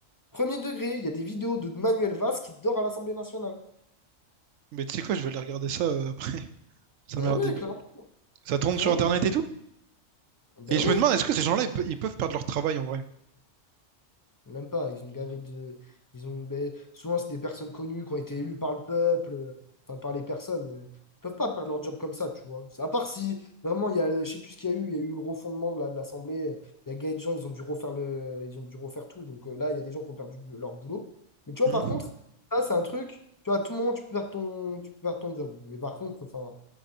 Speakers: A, on the left; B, on the right.
A: Premier degré, il y a des vidéos de Manuel Valls qui dort à l'Assemblée nationale.
B: Mais tu sais quoi, je vais aller regarder ça euh, après. Ça
A: Ben
B: m'a l'air
A: ouais,
B: d'être drôle.
A: clairement.
B: Ça tourne
A: Mais clairement.
B: sur Internet et tout?
A: Ben
B: Et je
A: ouais.
B: me demande, est-ce que ces gens-là, ils, pe- ils peuvent perdre leur travail en vrai?
A: Même pas, ils ont gavé de. Ils ont... ben, souvent, c'est des personnes connues qui ont été élues par le peuple, euh, enfin par les personnes. euh, Ils peuvent pas perdre leur job comme ça, tu vois. C'est- À part si vraiment, il y a le... je sais plus ce qu'il y a eu, il y a eu le refondement de la- de l'Assemblée. euh, Il y a gagné de gens, ils ont dû refaire le... ils ont dû refaire tout. Donc euh, là, il y a des gens qui ont perdu du- leur boulot. Mais tu vois,
B: Hmm.
A: par contre, ça, c'est un truc. Tu vois, à tout moment, tu peux perdre ton, tu peux perdre ton job. Mais par contre, enfin,